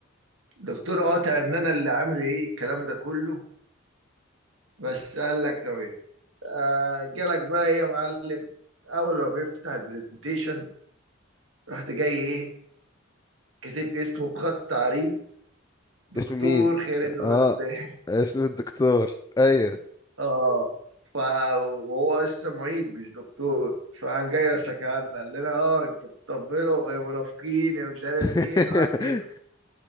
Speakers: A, on the right; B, on the left.
A: الدكتور قاطع إن أنا اللي عامل إيه الكلام ده كله بس قال لك تمام آه جالك بقى إيه يا معلم أول ما بيفتح البرزنتيشن رحت جاي إيه كاتب اسمه بخط عريض دكتور
B: اسم مين
A: خالد رزاق
B: اه اسم الدكتور ايوه
A: اه ف وهو لسه معيد مش دكتور فقام جاي سكرنا قال لنا اه انتوا بتطبلوا يا منافقين يا مش عارف
B: <laughs>
A: ايه قعدت يضحك